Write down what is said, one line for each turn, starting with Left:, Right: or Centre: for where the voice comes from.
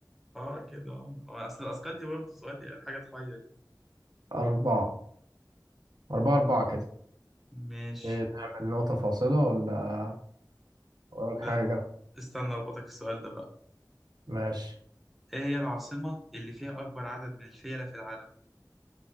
Centre: اه كده اه هو اصل الاسقاط دي برضه سؤال حاجه تحير يعني
Right: أربعة أربعة أربعة كده
Centre: ماشي
Right: إيه، نعمل نقطة فاصلة ولا وراك حاجة
Centre: لا استنى اربطك السؤال ده بقى
Right: ماشي
Centre: ايه هي العاصمة اللي فيها أكبر عدد من الفيلة في العالم؟